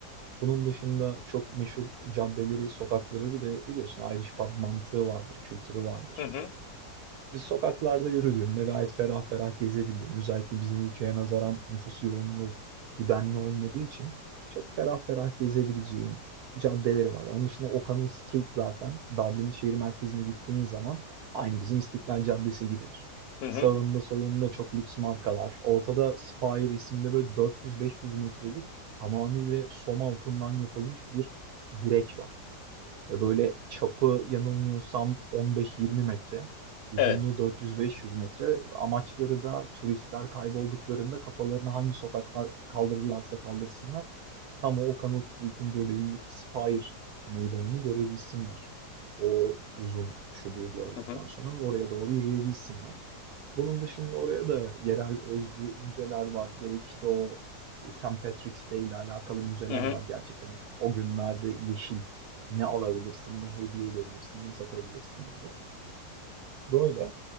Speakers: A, on the right (about 70°); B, on the left (about 70°).
A: Bunun dışında çok meşhur caddeleri, sokakları bir de biliyorsun Irish pub mantığı vardır, kültürü vardır.
B: Hı hı.
A: Biz sokaklarda yürüdüğünde gayet ferah ferah gezebildiğin, özellikle bizim ülkeye nazaran nüfus yoğunluğu bu denli olmadığı için çok ferah ferah gezebileceğin caddeleri var. Onun dışında O'Connell Street zaten Dublin'in şehir merkezine gittiğin zaman aynı bizim İstiklal Caddesi gibidir.
B: Hı
A: Sağında
B: hı.
A: solunda çok lüks markalar. Ortada Spire isminde böyle 400-500 metrelik tamamıyla som altından yapılmış bir direk var. Ve böyle çapı yanılmıyorsam 15-20 metre, uzunluğu
B: Evet.
A: 400-500 metre. Amaçları da turistler kaybolduklarında kafalarını hangi sokakta kaldırırlarsa kaldırsınlar. Tam o O'Connell Street'in göbeğindeki Spire meydanını görebilsinler. O uzun çubuğu gördükten
B: Hı hı.
A: sonra ve oraya doğru yürüyebilsinler. Bunun dışında oraya da yerel özgü müzeler var. Gerek işte o Saint Patrick's Day ile alakalı müzeler
B: Hı hı.
A: var gerçekten. Yani o günlerde yeşil ne alabilirsin, ne hediye edebilirsin, ne satabilirsin gibi. Böyle